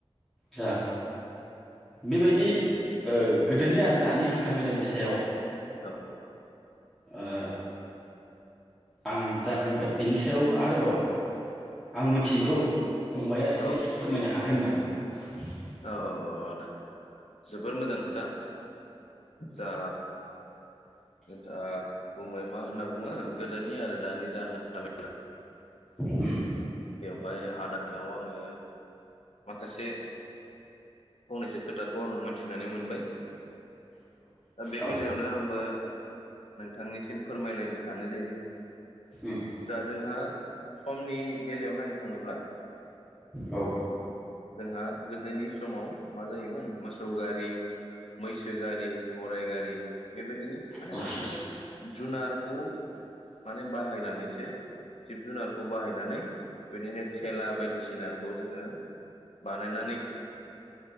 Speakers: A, in the centre; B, on the left.
A: दा बेबायदि ओ गोदोनि आरो दानि हान्थामेलानि सायाव
B: औ
A: ओ आं जा बुंबाय बिनि सायाव आरोबाव आं मिथियैखौ फंबाया
B: औ
A: एसे फोरमायनो हागो गोन नामा <unintelligible>
B: औ औ औ आदा जोबोर मोजां खोथा जा नोंथाङा बुंबाय मा होनना बुङो गोदोनि आरो दानि जा हान्था मेला
A: होम
B: बेवहाय आदानाव आङो माखासे फंनैसो खोथाखौ आं मोनथिनानै मोनबाय। दा बे
A: औ
B: बेलायावनो आंबो नोंथांनिसिम फोरमायलायनो सानो जे
A: उम
B: जा जोंहा समनि बेलायाव नायनो थाङोब्ला
A: औ
B: जोंहा गोदोनि समाव मा जायोमोन मोसौ गा रि, मैसो गारि, गाराइ गारि बेबायदिनो माने
A: औ
B: मा जोङो जुनारखौ माने बाहायनानैसो जिब जुनारखौ बाहायनानै बेबायदिनो थेला बायदिसिनाखौ जोङो बानायनानै